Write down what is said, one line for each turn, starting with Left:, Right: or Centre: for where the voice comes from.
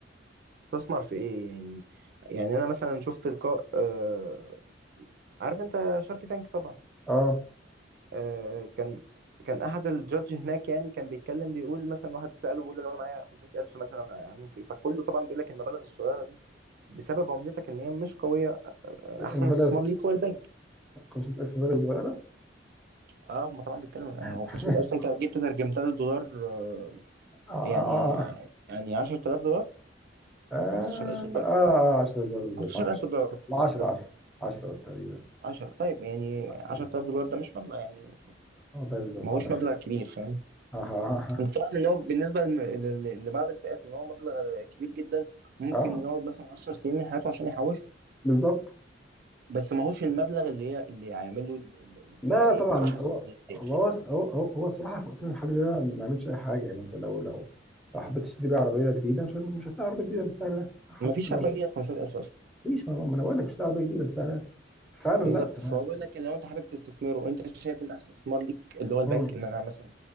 Right: تستثمر في ايه يعني يعني انا مثلا شفت لقاء آه، عارف انت شارك تانك طبعا
Centre: اه
Right: آه، كان كان احد الجادج هناك يعني كان بيتكلم بيقول مثلا واحد سأله بيقول له لو انا معايا 500000 مثلا اعملهم في ايه فكله طبعا بيقول لك المبالغ الصغيرة دي بسبب عملتك ان هي مش قوية آه، احسن
Centre: انفلاس
Right: استثمار ليك هو البنك
Centre: 500000 فيلا صغيره
Right: اه هم طبعا بيتكلم هو
Centre: <laughs>
Right: 500000 انت لو جيت ترجمتها للدولار آه،
Centre: آه
Right: يعني
Centre: آه
Right: يعني 10000 دولار
Centre: آه
Right: 15000 دولار
Centre: آه آه 10000 بالظبط
Right: 15000
Centre: 10
Right: دولار
Centre: لا
Right: بالظبط
Centre: 10 10 10 تقريبا
Right: 10 طيب يعني
Centre: 10
Right: 10000 دولار ده مش مبلغ يعني
Centre: والله بالظبط
Right: ما هوش
Centre: عندك حق.
Right: مبلغ كبير فاهم
Centre: آه آه
Right: انت طبعا ان هو بالنسبه لم- ل- ل- لبعض الفئات ان هو مبلغ كبير جدا ممكن
Centre: آه آه.
Right: يقعد مثلا 10 سنين من حياته عشان يحوشه
Centre: بالظبط
Right: بس ما هوش المبلغ اللي هي اللي هيعمل له ال- ال- اللي
Centre: لا
Right: هو ايه
Centre: لا طبعا
Right: الراحه
Centre: هو
Right: الماديه
Centre: هو هو هو هو الصراحه في وقتنا الحالي ده ما بيعملش اي حاجه يعني انت لو لو لو حبيت تشتري بيه عربيه جديده مش مش هتلاقي عربيه جديده بالسعر ده حتى
Right: ما فيش
Centre: لو
Right: 4 جنيه 500000
Centre: مفيش ما ما انا بقول لك مش هتلاقي عربيه جديده بالسعر ده فعلا
Right: بالظبط
Centre: لا تمام
Right: فهو بيقول لك لو انت حابب تستثمره وانت شايف ان احسن استثمار ليك اللي هو البنك
Centre: مم.
Right: ان انا مثلا